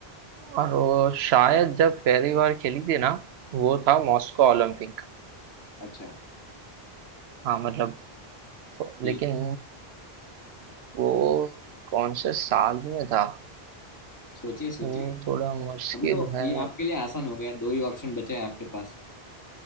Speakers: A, on the right; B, on the left.
A: और वो शायद जब पहली बार खेली थी ना वो था मॉस्को ओलंपिक
B: अच्छा
A: हाँ मतलब तो-
B: जी
A: लेकिन वो कौन से साल में था
B: सोचिए सोचिए
A: वो थोड़ा मुश्किल
B: अभी तो
A: है
B: ये आपके लिए आसान हो गया दो ही ऑप्शन बचे हैं आपके पास